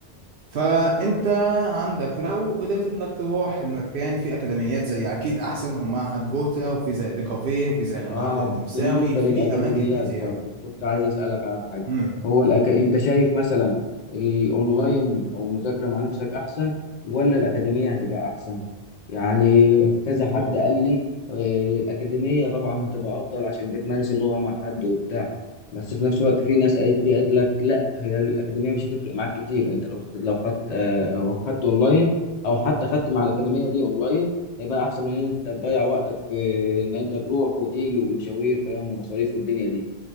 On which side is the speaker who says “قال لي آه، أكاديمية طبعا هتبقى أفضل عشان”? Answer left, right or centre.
Left